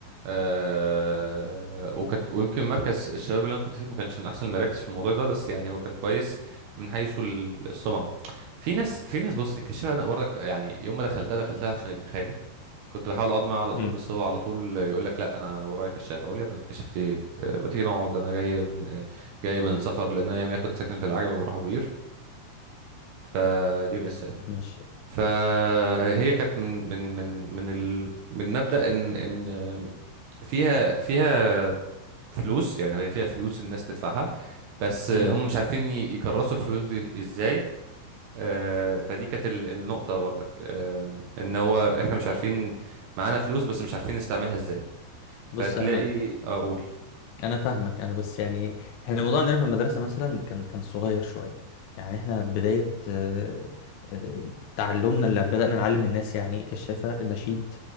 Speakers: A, on the right (about 65°); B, on the left (about 75°).
A: آه وكانت ويمكن مركز الشباب اللي انا كنت فيه ما كانش من احسن المراكز في الموضوع ده بس يعني هو كان كويس من حيث ال- السمعة في ناس في ناس بص تكشفها انا برضك يعني يوم ما دخلتها دخلتها عشان ابن خالي كنت بحاول اقعد معاه على طول
B: امم
A: بس هو على طول يقول لك لا انا ورايا كشاف اقول يا ابني كشفت ايه آه، ما تيجي نقعد انا جاي جاي من سفر لان انا كنت ساكن في العجمي وبروح ابو قير فدي القصه يعني
B: ماشي
A: فهي كانت من من من من ال من مبدأ ان ان فيها فيها فلوس يعني هي فيها فلوس الناس تدفعها بس
B: امم
A: هم مش عارفين ي- يكرسوا الفلوس دي ازاي آه، فدي كانت ال- النقطة برضك آم، ان هو احنا مش عارفين معانا فلوس بس مش عارفين نستعملها ازاي فتلاقي
B: بص انا
A: اقول
B: انا فاهمك انا بس يعني احنا الموضوع عندنا في المدرسه مثلا كان كان صغير شويه يعني احنا بدايه آه، آه، تعلمنا اللي بدانا نعلم الناس يعني ايه كشافه النشيد